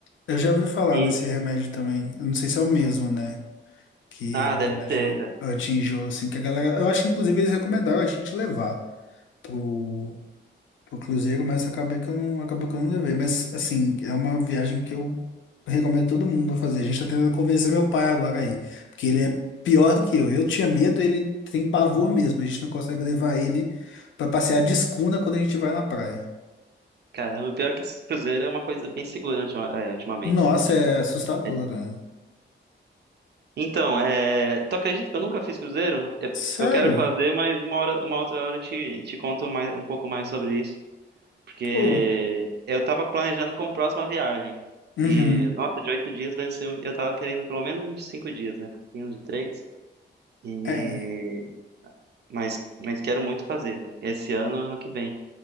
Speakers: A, on the left; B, on the right.
A: Eu já ouvi falar
B: E,
A: nesse remédio também. Eu não sei se é o mesmo, né? que
B: ah,
A: é um
B: deve
A: remédio
B: ser, cara.
A: anti-enjoo, assim, que a galera. Eu acho que inclusive eles recomendaram a gente levar pro, pro Cruzeiro, mas acabei que eu não, acabou que eu não levei. Mas assim, é uma viagem que eu recomendo todo mundo a fazer. A gente tá tentando convencer meu pai agora aí, porque ele é pior do que eu. Eu tinha medo, ele tem pavor mesmo. A gente não consegue levar ele pra passear de escuna quando a gente vai na praia.
B: Caramba, pior que esse cruzeiro é uma coisa bem segura ultima- é, ultimamente,
A: Nossa,
B: né? Tipo,
A: é assustador,
B: é-
A: né?
B: então, é... tu acredita que eu nunca fiz cruzeiro? Eu,
A: Sério?
B: eu quero fazer, mas uma hora, uma outra hora eu te, te conto mais, um pouco mais sobre isso. Porque
A: Pô.
B: eu tava planejando como próxima viagem.
A: Uhum.
B: E, nossa, de oito dias deve ser. muito- Eu tava querendo pelo menos um de cinco dias, né? Porque tem um de três. E...
A: É,
B: Mas, mas quero muito fazer. Esse ano, ano que vem. O